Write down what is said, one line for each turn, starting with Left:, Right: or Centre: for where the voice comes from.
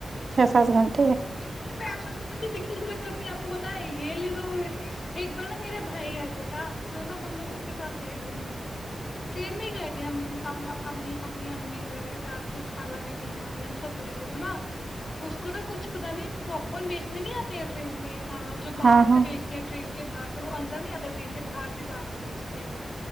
Right: چھ سات گھنٹہ
Left: بالکل نہیں ب سکتے بچے کرتے آپ کو بتا یہ لے دو ایک بار نا میرا بھائی ہے چھوٹا تو نا ہم لوگ اس کے ساتھ گئے گھومنے ٹرین میں گئے تھے ہم اپنی اپنی امی وغیرہ کے ساتھ کھانا بھی تھی ہماری ہم سب گئے تھے تو نا اس کو نا کچھ پتا نہیں وہ اپون بیچنے نہیں آتے ٹرین میں جو باہر
Right: ہاں ہاں
Left: سے بیچتی ہے ٹرین کے باہر سے وہ اندر نہیں آتا ٹرین کے باہر سے ہی باہر سے بیچتے ہیں وہ